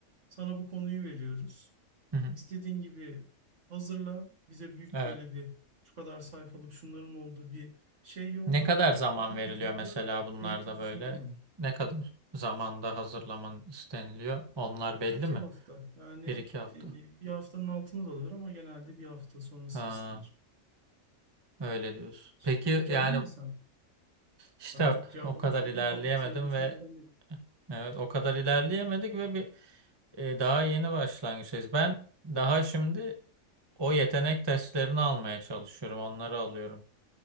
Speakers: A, on the right (about 60°); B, on the right (about 20°).
A: sana bu konuyu veriyoruz.
B: Hı hı,
A: İstediğin gibi hazırla. Bize büyük
B: evet.
A: böyle bir şu kadar sayfalık şunların olduğu bir şey yolla.
B: Ne kadar zaman
A: Ondan
B: veriliyor
A: sonra
B: mesela bunlarda
A: yönetici
B: böyle?
A: sunumu var.
B: Ne kadar zamanda hazırlaman isteniliyor? Onlar
A: Bir
B: belli
A: iki
B: mi?
A: hafta. Yani
B: Bir iki hafta.
A: e, bir haftanın altında da olur ama genelde bir hafta sonrası
B: Ha,
A: istenir.
B: öyle diyorsun.
A: Hiç
B: Peki
A: Denk geldin
B: yani
A: mi sen?
B: işte
A: Ben çok cevaplamış
B: o kadar
A: oldum.
B: ilerleyemedim
A: Tam senin başına
B: ve
A: gelen de.
B: Evet, o kadar ilerleyemedik ve bir e, daha yeni başlangıçtayız. Ben daha şimdi o yetenek testlerini almaya çalışıyorum, onları alıyorum.